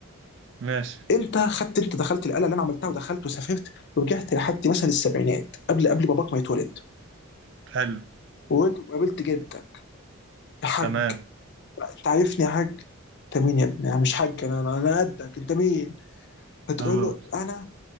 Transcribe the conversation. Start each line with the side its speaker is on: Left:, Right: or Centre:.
Right: ماشي
Left: انت خدت انت دخلت القلعه اللي انا عملتها ودخلت وسافرت ورجعت لحد مثلا السبعينات قبل قبل باباك ما يتولد
Right: حلو
Left: وقابلت جدك يا حاج
Right: تمام
Left: انت عارفني يا حاج انت مين يا ابني انا مش حاج انا انا أنا قدك انت مين هتقول
Right: اه
Left: له انا